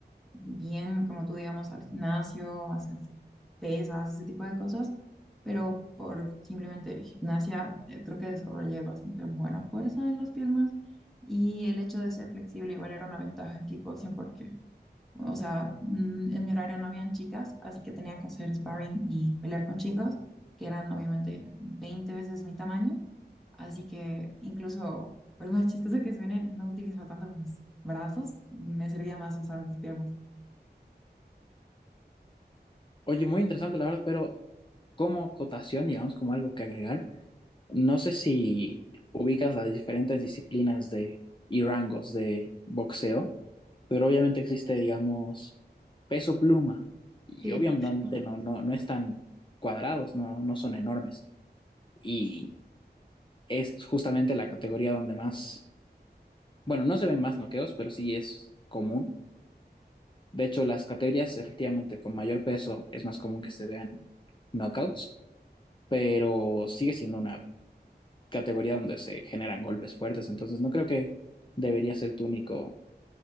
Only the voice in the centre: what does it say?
bien, como tú digamos, al gimnasio, hacer pesas, ese tipo de cosas, pero por simplemente gimnasia eh, creo que desarrollé bastante buena fuerza en las piernas y el hecho de ser flexible igual era una ventaja en kickboxing porque, o sea, mm, en mi horario no habían chicas, así que tenía que hacer sparring y pelear con chicos que eran obviamente 20 veces mi tamaño. Así que incluso, por más chistoso que suene, no utilizaba tanto mis brazos, me servía más usar mis piernas.
Sí.